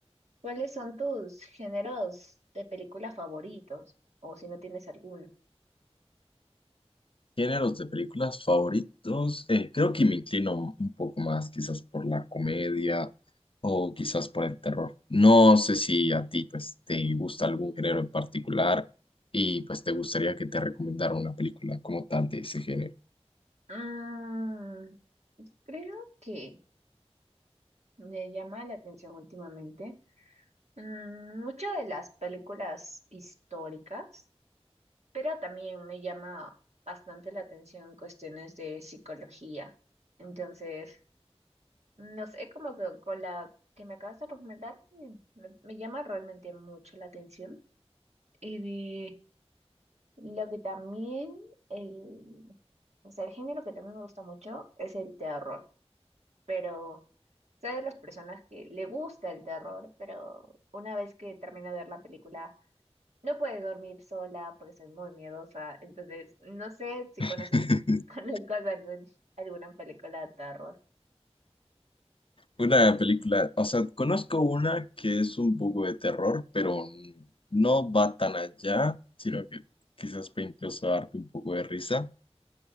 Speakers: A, on the right (about 80°); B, on the left (about 55°).
A: ¿cuáles son tus géneros de película favoritos? O si no tienes alguno.
B: Géneros de películas favoritos, eh, creo que me inclino un poco más quizás por la comedia o quizás por el terror. No sé si a ti pues te gusta algún género en particular y pues te gustaría que te recomendara una película como tal de ese género.
A: Mm, creo que me llama la atención últimamente. mm, muchas de las películas históricas. Pero también me llama bastante la atención cuestiones de psicología. Entonces, no sé, como que con la que me acabas de recomendar, mm, me, me llama realmente mucho la atención. Y lo que también, el, o sea, el género que también me gusta mucho es el terror. Pero soy de las personas que le gusta el terror, pero una vez que termino de ver la película No puedes dormir sola porque soy muy miedosa. Entonces, no sé si
B: <laughs>
A: conoces <laughs> conozcas algún- alguna película de terror.
B: Una película, o sea, conozco una que es un poco de terror, pero no va tan allá, sino que quizás puede incluso darte un poco de risa.